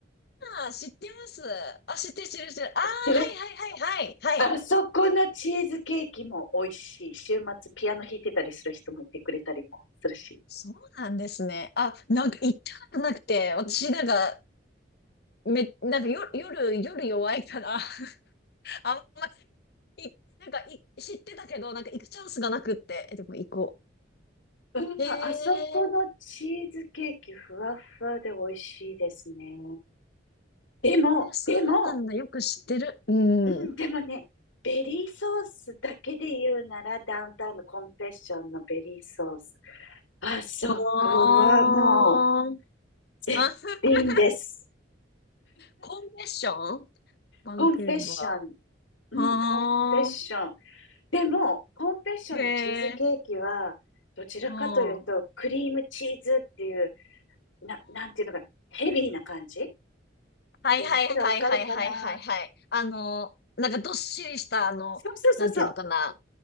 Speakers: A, on the left; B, on the left.
A: あー、知ってます。あ、知ってる、知ってる、知ってる。あー、
B: 知ってる
A: はい、はい、はい、はい、
B: あそこのチーズケーキも美味しい。
A: はい。
B: 週末ピアノ弾いてたりする人もいてくれたりもするし。
A: そうなんですね。あ、なんか行ったことなくて、私なんか、め、なんか夜、夜、夜弱いからあんまり、いなんかい、知ってたけど、なんか行くチャンスがなくって、えでも行こ
B: うん、
A: う。へえ、へえ、
B: あそこのチーズケーキふわふわで美味しいですね。でも、
A: そうなんだ。
B: でも、
A: よく知ってる。うん。
B: うん、でもね、ベリーソースだけで言うなら、ダウンタウンのコンフェッションのベリーソース。あそこはもう
A: あー。
B: 絶品です。
A: あ <laughs> コンベッションバンクーバ
B: コンフェッション。うん、
A: ー。あー。
B: コンフェッション。でも、コンフェッションのチーズケーキは、
A: へえ。
B: どちらかというと、
A: うん。うん。
B: クリームチーズっていう、な、なんていうのか、ヘビーな感じって
A: はいはいはいはいはいはいはい。
B: 言ったらわかるかな。
A: あの、なんかどっしりした、あの、
B: そうそうそうそう。
A: なんていうのかな。